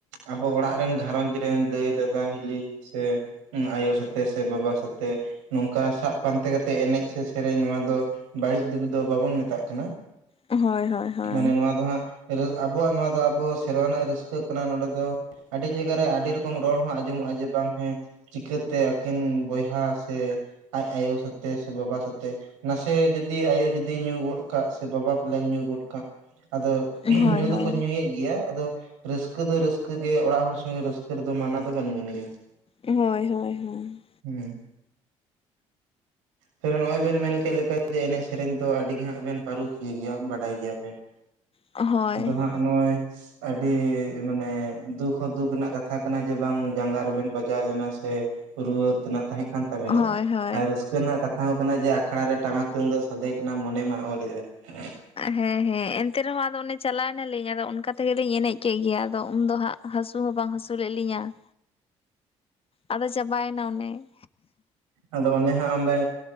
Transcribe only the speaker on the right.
ᱟᱵᱚ ᱚᱲᱟᱜ ᱨᱮᱱ ᱜᱷᱟᱨᱚᱸᱡᱽ ᱨᱮᱱ ᱫᱟᱹᱭ ᱫᱟᱫᱟ ᱦᱤᱞᱤ ᱥᱮ ᱟᱭᱳ ᱥᱟᱛᱮ ᱥᱮ ᱵᱟᱵᱟ ᱥᱟᱛᱮ ᱱᱚᱝᱠᱟ ᱥᱟᱵᱽ ᱯᱟᱱᱛᱮ ᱠᱟᱛᱮᱜ ᱮᱱᱮᱡᱽ ᱥᱮ ᱥᱮᱨᱮᱧ ᱱᱚᱣᱟ ᱫᱚ ᱵᱟᱹᱲᱤᱡ ᱫᱩᱜᱤ ᱫᱚ ᱵᱟᱵᱚᱱ ᱢᱮᱛᱟᱜ ᱠᱟᱱᱟ,
ᱢᱟᱱᱮ ᱱᱚᱣᱟ ᱫᱚ ᱦᱟᱸᱜ ᱟᱵᱚᱣᱟᱜ ᱱᱚᱣᱟ ᱫᱚ ᱟᱵᱚ ᱥᱮᱨᱣᱟ ᱨᱮᱱᱟᱜ ᱨᱟᱹᱥᱠᱟᱹᱜ ᱠᱟᱱᱟ ᱱᱚᱰᱮ ᱫᱚ ᱟᱹᱰᱤ ᱡᱟᱭᱜᱟ ᱨᱮ ᱟᱹᱰᱤ ᱨᱚᱠᱚᱢ ᱨᱚᱲ ᱦᱚᱸ ᱟᱸᱡᱚᱢᱚᱜ-ᱟ ᱡᱮ, ᱵᱟᱝ ᱦᱮᱸ ᱪᱤᱠᱟᱹᱛᱮ ᱟᱹᱠᱤᱱ ᱵᱚᱭᱦᱟ ᱥᱮ ᱟᱡ ᱟᱭᱳ ᱥᱟᱛᱮ ᱥᱮ ᱵᱟᱵᱟ ᱥᱟᱛᱮ ᱱᱟᱥᱮ ᱡᱩᱫᱤ ᱟᱭᱳ ᱡᱩᱫᱤ ᱧᱩ ᱜᱚᱫ ᱠᱟᱜ ᱥᱮ ᱵᱟᱵᱟ ᱯᱟᱞᱮ ᱧᱩ ᱜᱚᱫ ᱠᱟᱜ ᱟᱫᱚ
ᱧᱩ
ᱫᱚᱠᱚ ᱧᱩᱭᱮᱫ ᱜᱮᱭᱟ, ᱟᱫᱚ ᱨᱟᱹᱥᱠᱟᱹ ᱫᱚ ᱨᱟᱹᱥᱠᱟᱹ ᱜᱮ ᱚᱲᱟᱜ ᱦᱚᱲ ᱥᱚᱸᱜᱮ ᱨᱟᱹᱥᱠᱟᱹ ᱨᱮᱫᱚ ᱢᱟᱱᱟ ᱫᱚ ᱵᱟᱹᱱᱩᱜ‌ ᱟᱱᱤᱡ-ᱟ ᱾
ᱦᱩᱸ᱾ ᱥᱮ ᱱᱚᱜᱼᱚᱭ ᱵᱮᱱ ᱢᱮᱱ ᱠᱮᱫ ᱞᱮᱠᱟ ᱡᱮ, ᱮᱱᱮᱡ ᱥᱮᱨᱮᱧ ᱫᱚ ᱟᱹᱰᱤ ᱜᱮ ᱦᱟᱸᱜ ᱵᱮᱱ ᱯᱟᱹᱨᱩᱠᱷᱤᱭᱟᱹ ᱜᱮᱭᱟ ᱵᱟᱰᱟᱭ ᱜᱮᱭᱟ ᱵᱮᱱ ᱾
ᱟᱫᱚ ᱦᱟᱸᱜ ᱱᱚᱜ-ᱚᱭ ᱟᱹᱰᱤ ᱢᱟᱱᱮ ᱫᱩᱠ ᱦᱚᱸ ᱫᱩᱠ ᱨᱮᱱᱟᱜ ᱠᱟᱛᱷᱟ ᱠᱟᱱᱟ ᱡᱮ ᱵᱟᱝ ᱡᱟᱸᱜᱟ ᱨᱮ ᱵᱮᱱ ᱵᱟᱡᱟᱣ ᱞᱮᱱᱟ ᱥᱮ ᱨᱩᱣᱟᱹ ᱛᱮᱱᱟᱜ ᱛᱟᱦᱮᱸ ᱠᱟᱱ ᱛᱟᱵᱮᱱᱟ
᱾
ᱟᱨ ᱨᱟᱹᱥᱠᱟᱹ ᱨᱮᱱᱟᱜ ᱠᱟᱛᱷᱟ ᱦᱚᱸ ᱠᱟᱱᱟ ᱡᱮ, ᱟᱠᱷᱲᱟ ᱨᱮ ᱴᱟᱢᱟᱠ ᱛᱩᱢᱫᱟᱜ ᱥᱟᱫᱮ ᱠᱟᱱᱟ ᱢᱚᱱᱮ ᱢᱟ ᱚᱨ ᱮᱜ ᱟᱭ ᱾
ᱟᱫᱚ ᱚᱱᱮ ᱦᱟᱸᱜ ᱚᱸᱰᱮ